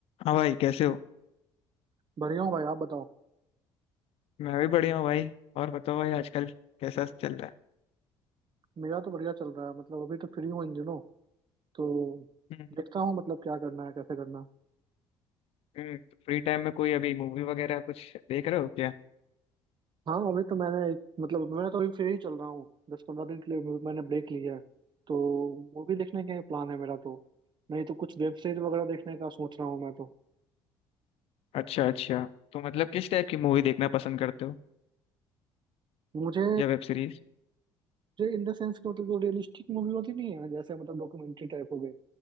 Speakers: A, on the left; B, on the right.
A: हाँ भाई कैसे हो
B: बढ़िया हूँ भाई आप बताओ
A: मैं भी बढ़िया हूँ भाई और बताओ भाई आजकल कैसा चल रहा है
B: मेरा तो बढ़िया चल रहा है मतलब अभी तो फ्री हूँ इन दिनों तो
A: हम्म
B: देखता हूँ मतलब क्या करना है कैसे करना है
A: हम्म, तो फ्री टाइम में कोई अभी मूवी वगैरह कुछ देख रहे हो क्या
B: हाँ अभी तो मैंने एक मतलब मैं तो अभी फ्री ही चल रहा हूँ दस पंद्रह दिन के लिए मैं- मैंने ब्रेक लिया है तो मूवी देखने का प्लान है मेरा तो नहीं तो कुछ वेब सीरीज वगैरह देखने का सोच रहा हूँ मैं तो
A: अच्छा अच्छा तो मतलब किस टाइप की मूवी देखना पसंद करते हो
B: मुझे
A: या वेब सीरीज
B: जो इन द सेंस कि मतलब जो रियलिस्टिक मूवी होती नहीं है जैसे मतलब डॉक्यूमेंट्री टाइप हो गए